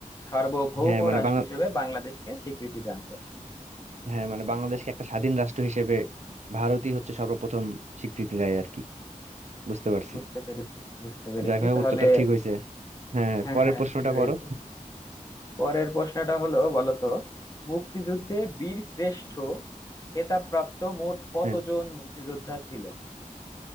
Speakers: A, on the left; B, on the right.
A: সার্বভৌম
B: হ্যাঁ মানে
A: রাষ্ট্র
B: বাংলা
A: হিসেবে বাংলাদেশকে স্বীকৃতি দান করে
B: হ্যাঁ মানে বাংলাদেশকে একটা স্বাধীন রাষ্ট্র হিসেবে ভারতই হচ্ছে সর্বপ্রথম স্বীকৃতি দেয় আর কি বুঝতে পারছি
A: বুঝতে পেরেছি বুঝতে পেরেছি
B: যাই হোক
A: তাহলে
B: উত্তরটা ঠিক হয়েছে হ্যাঁ হ্যাঁ,
A: হ্যাঁ
B: পরের
A: হ্যাঁ
B: প্রশ্নটা
A: ঠিক হয়েছে
B: করো
A: পরের প্রশ্নটা হলো বলতো মুক্তিযুদ্ধে বীর শ্রেষ্ঠ খেতাবপ্রাপ্ত মোট কতজন
B: হ্যাঁ
A: মুক্তিযোদ্ধা ছিল